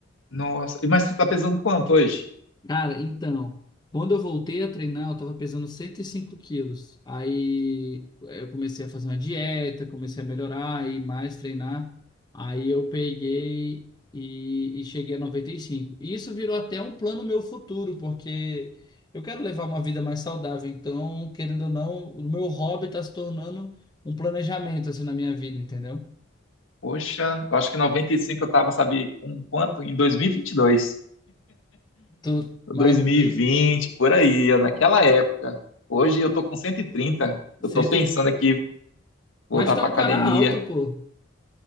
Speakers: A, on the left; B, on the left.
A: Nossa, e mas você tá pesando quanto hoje?
B: Cara, então, quando eu voltei a treinar, eu tava pesando 105 quilos. Aí eh, eu comecei a fazer uma dieta, comecei a melhorar e mais treinar. Aí eu peguei e, e cheguei a 95. E cinco. E isso virou até um plano meu futuro, porque eu quero levar uma vida mais saudável. Então, querendo ou não, o meu hobby tá se tornando um planejamento assim na minha vida, entendeu?
A: Poxa, eu acho que 95 eu tava, sabe, com quanto? Em 2022.
B: Tô,
A: 2020,
B: mas que, que-
A: por aí, naquela época. Hoje eu tô com 130.
B: cento
A: Eu tô pensando
B: e-
A: aqui voltar
B: mas tá
A: pra
B: um
A: academia.
B: cara alto, pô.